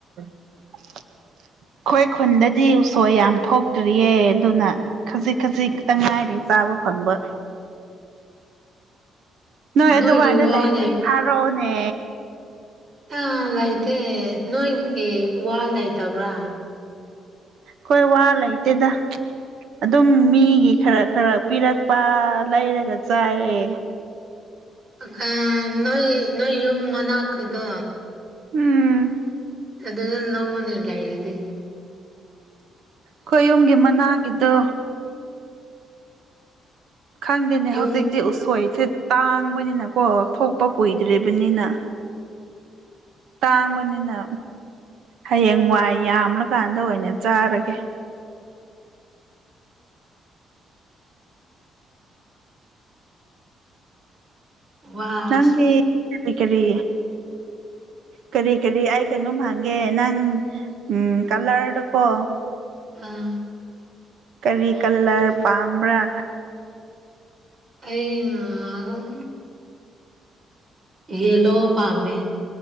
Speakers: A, on the right; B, on the right.
A: <inaudible> ꯑꯩꯈꯣꯏ ꯈꯨꯟꯗꯗꯤ ꯎꯁꯣꯏ ꯌꯥꯝ ꯊꯣꯛꯇ꯭ꯔꯤꯌꯦ ꯑꯗꯨꯅ ꯈꯖꯤꯛ ꯈꯖꯤꯛꯛꯇ ꯉꯥꯏꯔꯤ ꯆꯥꯕ ꯐꯪꯕ ꯅꯣꯏ
B: ꯅꯣꯏꯒꯤ
A: ꯑꯗꯨꯋꯥꯏꯗ
B: ꯋꯥ
A: ꯂꯩꯔꯗꯤ ꯐꯥꯔꯛꯑꯣꯅꯦ
B: ꯑꯥ ꯂꯩꯇꯦ ꯅꯣꯏꯒꯤ ꯋꯥ ꯂꯩꯇꯕ꯭ꯔꯥ
A: ꯀꯣꯏ ꯋꯥ ꯂꯩ ꯇꯗ ꯑꯗꯨꯝ ꯃꯤꯒꯤ ꯈꯔ ꯈꯔ ꯄꯤꯔꯛꯄ ꯂꯩꯔꯒ ꯆꯥꯏꯌꯦ <inaudible>
B: ꯑꯈ ꯅꯣꯏ ꯅꯣꯏ ꯌꯨꯝ ꯃꯅꯥꯛꯀꯤꯗꯣ
A: ꯎꯝ
B: ꯑꯗꯨ ꯂꯧꯒꯅꯦ ꯂꯩꯔꯗꯤ
A: ꯈꯌꯨꯝꯒꯤ ꯃꯅꯥꯒꯤꯗꯣ ꯈꯪꯗꯦꯅꯦ
B: ꯌꯨꯝ
A: ꯍꯧꯖꯤꯛꯇꯤ ꯎꯁꯣꯏꯁ ꯇꯥꯡꯕꯅꯤꯅ ꯀꯣ ꯊꯣꯛꯄ ꯀꯨꯏꯗ꯭ꯔꯤꯕꯅꯤꯅ ꯇꯥꯡꯕꯅꯤꯅ ꯍꯌꯦꯡ ꯋꯥꯏ ꯌꯥꯝꯂꯀꯥꯟꯗ ꯑꯣꯏꯅ ꯆꯥꯔꯒꯦ
B: ꯋꯥꯁꯦ
A: ꯅꯪꯗꯤ ꯀꯔꯤ ꯀꯔꯤ ꯀꯔꯤ ꯀꯔꯤ ꯑꯩ ꯀꯩꯅꯣꯝ ꯍꯥꯡꯒꯦ ꯅꯪ ꯎꯝ ꯀꯂꯔꯗ ꯀꯣ
B: ꯑꯥ
A: ꯀꯔꯤ ꯀꯂꯔ ꯄꯥꯝꯕ꯭ꯔꯥ
B: ꯑꯩ ꯑꯝ ꯌꯦꯂꯣ ꯄꯥꯝꯃꯦꯃꯦ